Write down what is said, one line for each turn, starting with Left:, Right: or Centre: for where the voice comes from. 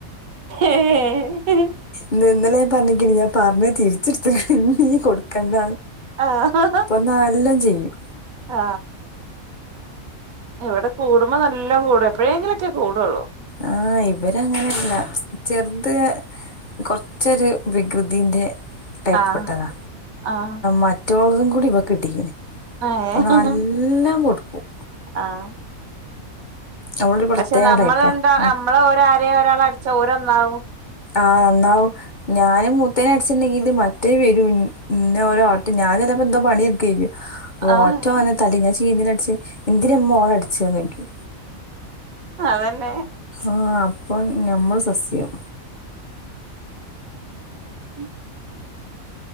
Right: ഏഹ്
Left: ഇ ഇന്നലെ ൻ പറഞ്ഞക്ക ഞാൻ പറഞ്ഞ തിരിച്ചെടുത്ത പിണ്ടീ കൊടുക്കണ്ട
Right: ആഹ്
Left: ഇപ്പൊ നല്ലാം ചെയ്യും
Right: ആ എവിടെ കൂടുമ്പോ നല്ല കൂടും എപ്പോഴേെങ്കിലുംൊക്കെ കൂടുള്ളോ
Left: ആ ഇവര അങ്ങനെല്ല ചെറുത് കുറച്ചൊരു വികൃതിന്റെ ടൈപ്പ്
Right: ആഹ്
Left: പട്ടതാ
Right: ആഹ്
Left: മറ്റളതും കൂടി ഇപ്പൊ കിട്ടിക്കെ
Right: ഏഹ്
Left: അപ്പം നല്ലാം കൊടുക്കും
Right: ആഹ്
Left: അവളൊരു പ്രത്യേക
Right: പക്ഷെ നമ്മളെന്താ
Left: ടൈപ്പാ ഉം.
Right: നമ്മള്രരഒരാൾ അടച്ച ഓരോന്നാവും
Left: ആ എന്നന്നാവ ഞാന് മൂത്തേന അടിച്ചിട്ടുണ്ടെങ്കില് മറ്റേ വരും പിന്നെ ഓോ ഓട്ടോ ഞാൻ ചിലപ്പോ എന്തോ പണിയെടുക്കയിരിക്കും
Right: ആഹ്
Left: ഓട്ടോ വന്നൽ തലേ എന്തിന അട എന്തിനമ്മ ഓള അടിച്ച നോു
Right: അതന്നെ
Left: ആ അപ്പൊ ഞമ്മൾ സസ്യം
Right: ഉം